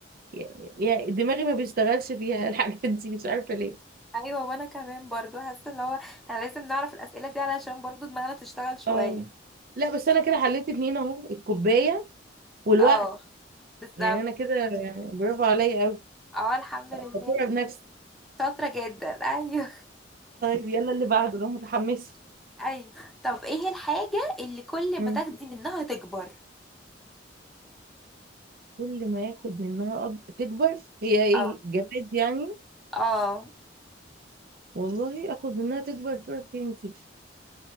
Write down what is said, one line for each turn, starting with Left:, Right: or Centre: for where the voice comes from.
Right: يعني دماغي ما بيشتغلش فيها <laughs> الحاجات دي مش عارفة ليه
Centre: ايوه وانا كمان برضو حاسه اللي هو احنا لازم نعرف الاسئله دي علشان برضو دماغنا تشتغل شويه
Right: اه لا بس انا كده حليت اتنين اهو الكوباية والوقت
Centre: اه بالظبط
Right: يعني انا كده يعني برافو عليا قوي
Centre: اه الحمد لله
Right: فخورة بنفسي
Centre: شاطره جدا ايوه
Right: طيب يلا اللي بعده انا متحمسة
Centre: ايوه طب ايه الحاجه اللي كل
Right: مم.
Centre: ما تاخدي منها تكبر
Right: كل ما ياخد منها أك... تكبر هي ايه
Centre: اه
Right: جماد يعني
Centre: اه
Right: والله اخد منها تكبر تروح فين دي؟